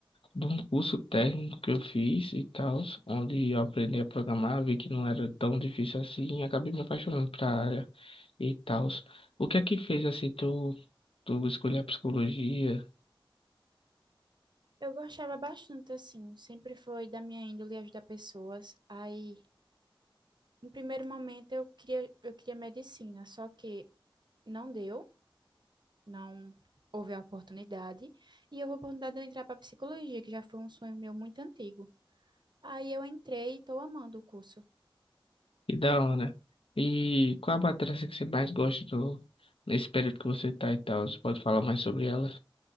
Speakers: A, on the left; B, on the right.
A: de um curso técnico que eu fiz e tal, onde eu aprendi a programar, vi que não era tão difícil assim e acabei me apaixonando pela área e tal. O que é que fez assim tu, tu escolher a psicologia
B: Eu gostava bastante, assim, sempre foi da minha índole ajudar pessoas. Aí No primeiro momento eu queria, eu queria medicina, só que não deu, não houve a oportunidade, e houve a oportunidade de eu entrar para psicologia, que já foi um sonho meu muito antigo. Aí eu entrei e estou amando o curso.
A: e da hora? né? E qual a matéria assim, que você mais gosta do, nesse período que você tá e tal? Você pode falar mais sobre ela?